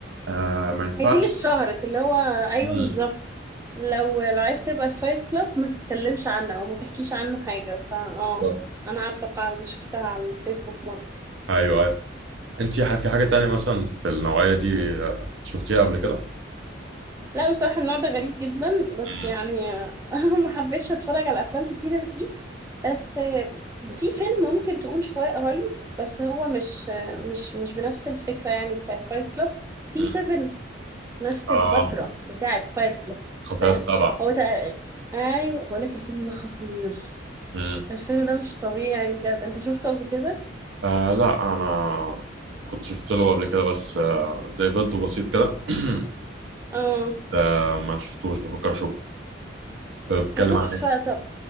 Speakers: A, on the right (about 70°); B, on the right (about 15°).
A: آه ما ينفعش
B: هي دي اللي اتشهرت اللي هو ايوه
A: امم
B: بالظبط لو لو عايز تبقى في فايت كلاب ما تتكلمش عنه او ما تحكيش عنه حاجه فا اه
A: بالظبط
B: انا عارفه القاعده دي شفتها على الفيسبوك مره
A: ايوه ايوه انت ح- في حاجه تانية مثلا في النوعيه دي آه، شفتيها قبل كده
B: لا بصراحه النوع ده غريب جدا بس
A: امم
B: يعني آه، <laughs> ما حبيتش اتفرج على افلام كتيره فيه بس آه، في فيلم ممكن تقول شويه قريب بس هو مش آه، مش مش بنفس الفكره يعني بتاعت فايت كلاب في
A: امم
B: 7 نفس
A: آه
B: الفترة بتاعت فايت كلوب
A: خطايا
B: فاهم
A: السبعه
B: هو تق... ايوه بقول لك الفيلم ده خطير
A: امم
B: الفيلم ده مش طبيعي بجد انت شفته قبل كده
A: آه لا انا كنت شفت له قبل كده بس آه زي فيديو بسيط كده <clears throat>
B: اه
A: بس آه ما شفتوش بفكر اشوفه بتكلم
B: تحفة
A: عن ايه
B: طب